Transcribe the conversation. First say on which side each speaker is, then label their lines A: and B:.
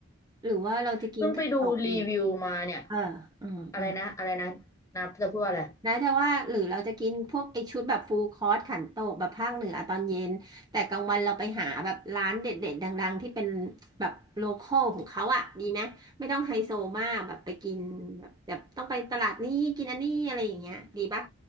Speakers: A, on the right; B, on the left.
A: หรือว่าเราจะกินขันโตกเย็น
B: เพิ่งไปดูรีวิวมาเนี่ย
A: เอออืมอืม
B: อะไรนะอะไรนะนะจะพูดว่าอะไร
A: แล้วจะว่าหรือเราจะกินพวกไอชุดแบบฟูลคอร์สขันโตกแบบภาคเหนือตอนเย็นแต่กลางวันเราไปหาแบบร้านเด็ดๆดังๆที่เป็นแบบโลคอลของเขาอ่ะดีไหมไม่ต้องไฮโซมากแบบไปกินแบบแบบต้องไปตลาดนี้กินอันนี้อะไรอย่างเงี้ยดีปะ